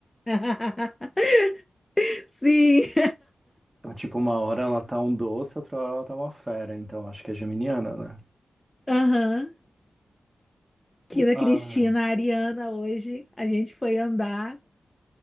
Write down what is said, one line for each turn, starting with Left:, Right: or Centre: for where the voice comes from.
Left: <laughs> Sim.
Right: Então, tipo, uma hora ela tá um doce, outra hora ela tá uma fera, então acho que é geminiana, né?
Left: Aham. Aqui
Right: Ah,
Left: Cristina, a Ariana, hoje a gente foi andar.